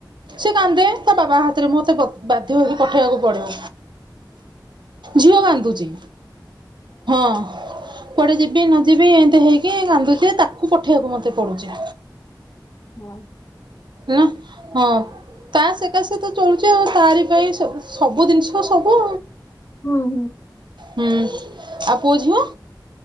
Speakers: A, on the right; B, on the left.
A: ସେ କାନ୍ଦେ ତା ବାବା ହାତରେ ମୋତେ ବାଧ୍ୟ ହେଇକି ପଠେଇବାକୁ ପଡିବ। ଝିଅ କାନ୍ଦୁଚି। ହଁ କୁଆଡେ ଯିବି ନ ଯିବି ଏମିତି ହେଇକି କାନ୍ଦୁଚି ତାକୁ ପଠେଇବାକୁ ମତେ ପଡ଼ୁଚି।
B: ହଁ ଆଉ
A: ନା ହଁ ତା ସେକାସେ ତ ଚଳୁଛେ ଆଉ ତାରି ପାଇଁ ସବୁ ଜିନିଷ ସବୁ।
B: ହଁ
A: ନା ଆଉ ପୁଅଝିଅ।